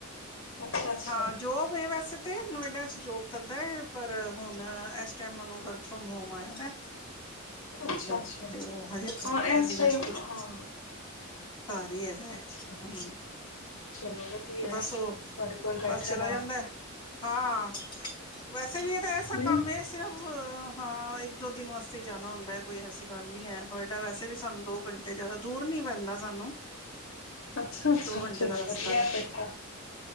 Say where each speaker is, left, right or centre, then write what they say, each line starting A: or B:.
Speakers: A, on the left (about 65°); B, on the left (about 25°).
A: ਅੱਛਾ ਅੱਛਾ
B: ਹਾਂ ਜੋਬ ਵੈਸੇ ਤੇ। ਨੋਇਡਾ ਚ ਜੋਗ ਕਰਦਾ ਹੈ ਪਰ ਹੁਣ ਟਾਈਮ ਓਨੂੰ ਵਰਕ ਫਰੋਮ ਹੋਮ ਆਇਆ। ਮਤਲਬ
A: ਅੱਛਾ ਅੱਛਾ
B: ਤੇ ਉਹ ਹਜੇ ਇੱਕ
A: ਹਾਂ
B: ਇਹ
A: ਇਸ
B: ਦਿਨਾਂ
A: ਟਾਈਮ
B: ਚ ਕੁਛ
A: ਹਾਂ
B: ਘਰ ਹੀ ਹੈਗਾ ਹੈ
A: ਅੱਛਾ
B: ਹੂ।
A: ਚਲੋ ਵਧੀਆ
B: ਤੇ ਬਸ
A: ਤੁਹਾਡੇ
B: ਉਹ
A: ਕੋਲ ਬੈਠਾ
B: ਬਸ ਚਲਾ
A: ਨਾਲ
B: ਜਾਂਦਾ ਹਾਂ। ਵੈਸੇ ਵੀ ਇਹ ਤਾਂ ਐਸਾ
A: ਨਹੀਂ
B: ਕੰਮ ਸਿਰਫ ਹਾਂ ਇੱਕ ਦੋ ਦਿਨ ਵਾਸਤੇ ਜਾਣਾ ਹੁੰਦਾ। ਕੋਈ ਐਸੀ ਗੱਲ ਨੀ ਹੈ ਨੋਇਡਾ ਵੈਸੇ ਵੀ ਸਾਨੂੰ ਦੋ ਘੰਟੇ ਜ਼ਿਆਦਾ ਦੂਰ ਨੀ ਪੈਂਦਾ ਸਾਨੂੰ।
A: ਅੱਛਾ ਅੱਛਾ
B: ਦੋ ਘੰਟੇ
A: ਚਲੋ
B: ਦਾ ਰਸਤਾ
A: ਵਧੀਆ
B: ਹੈ
A: ਫਿਰ। ਤਾਂ